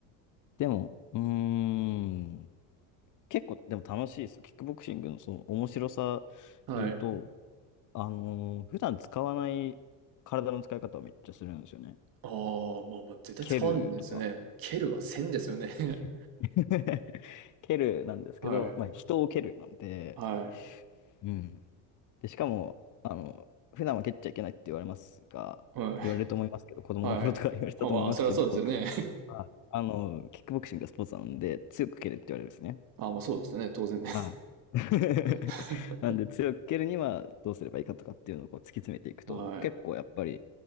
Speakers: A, on the left; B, on the right.
A: でも、うーん。結構でも楽しいですよ。キックボクシングのその面白さ
B: はい。
A: で言うと、あのー普段使わない体の使い方をめっちゃするんですよね。
B: ああ、まあまあ、絶対使わんですよね。
A: 蹴るとか。
B: 蹴るはせんですよね。<laughs>
A: 蹴る <laughs> 蹴るなんですけど、
B: はい。
A: まあ人を蹴るなんで、
B: はい。
A: うん。で、しかも、あの、普段は蹴っちゃいけないって言われますが、
B: はい。
A: 言われると思いますけど、子供の頃とか言われてたと思いますけど、
B: はい。あ、まあ、それはそうですよね。
A: あ、あの、キックボクシングがスポーツなので、強く蹴れって言われるんですね。
B: <laughs> あ、まあ、そうですよね、当然ね。
A: はい。<laughs>
B: <laughs>
A: なんで強く蹴るにはどうすればいいかとかっていうのをこう突き詰めていくと結構やっぱり
B: はい。